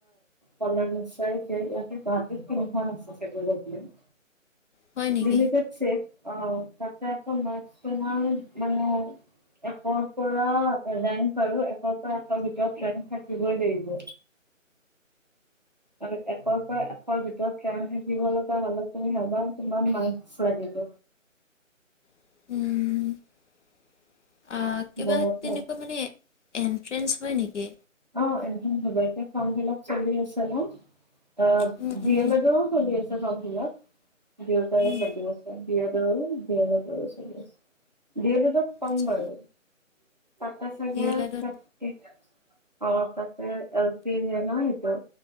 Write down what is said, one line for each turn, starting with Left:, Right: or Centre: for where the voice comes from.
Right: যল ই গুৱাহীত কি আ গ <unintelligible>
Left: হয় নেকি
Right: লিমিটড চ অ ত াজমাৰ মানে একৰ পৰা ৰেং বাৰ একৰ পৰা এৰ ভিতৰত ট্ৰেন থাকিবই লাগিব আৰু একৰ পৰা একৰ ভিতৰত কেম থাকিব লগা হ'লে তুমি হবা কিমান মাছ লাগ
Left: উম আহ, কিবা
Right: বহুত
Left: তেনেকুৱা মানে এণ্ট্ৰেঞ্চ হয় নেকি
Right: অ এনেধ <unintelligible> হব এতিয়া <unintelligible> খামিলাক চলি আছে ন অ
Left: উম,
Right: বি
Left: উম,
Right: য়ে লডেও চলি আছে চমভিলাত <unintelligible> দেউতাই
Left: উম,
Right: চলি আছে বি এ দুহেজাৰ তেৰ চল্লিশ বি এ তত কম
Left: আচ্ছা
Right: বাৰু <unintelligible> আ চাগে
Left: ডি এল এডত
Right: থ <unintelligible> অ তাতে এল পিজিয় নটো